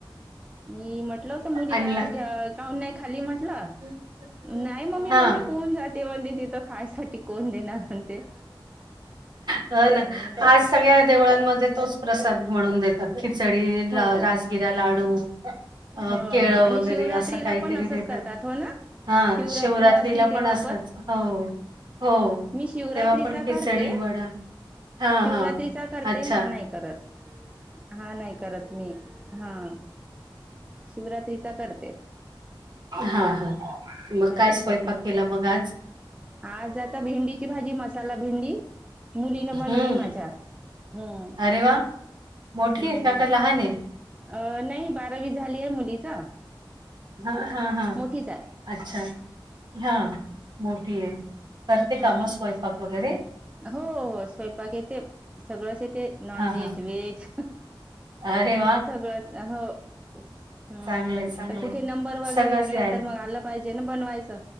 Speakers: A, on the right; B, on the right.
A: मी म्हटलं होतं मुलीला
B: आणला
A: क काऊन नाही खाल्ली म्हटलं.
B: <unintelligible>
A: नाही मम्मी
B: हा
A: म्हणते कोण जाते म्हणते तिथं खायसाठी कोण देणार म्हणते.
B: हो ना
A: मी म्हटलं
B: आज सगळ्या देवळातमध्ये तोच प्रसाद म्हणून देतात. खिचडी, रा
A: हो
B: राजगिरा लाडू. अ
A: हो
B: केळं
A: हो आणि
B: वगैरे
A: शिवरात्रीला
B: असं काहीतरी
A: पण असंच
B: देतात
A: करता. अथवा ना.
B: हा
A: शिवरात्र
B: शिवरात्रीला
A: असली तेव्हा
B: पण असच हो हो.
A: मी शिवरात्रीचा
B: तेव्हा पण खिचडी
A: करते
B: वडा हा
A: शिवरात्रीचा
B: हा
A: करते
B: अच्छा
A: हा नाही. करत हा नाही करत मी हा. शिवरात्रीचा करते.
B: हा हा मग
A: त्याच्यासाठी
B: काय स्वयंपाक केला मग आज?
A: आज आता भेंडीची भाजी मसाला भेंडी. मुलीना
B: हम्म
A: बनवली माझ्या हम्म.
B: अरे वा मोठी
A: हम्म
B: आहे का का लहान आहे?
A: अ नाही बारावी झाली आहे मुलीचा
B: हा हा हा
A: मोठीच आहे
B: अच्छा हा मोठी आहे. ते
A: हा
B: कामं स्वयपाक वगैरे
A: हो स्वयंपाक येते सगळंच येते नॉन
B: हां,
A: Veg,
B: हां.
A: veg.
B: अरे वा
A: सगळचं हो हम्म
B: चांगलं आहे, चांगलं
A: आता कुठे
B: आहे.
A: नंबर वगैरे
B: सगळंच
A: लागला
B: यायला
A: तर मग आलं पाहिजे ना बनवायचं.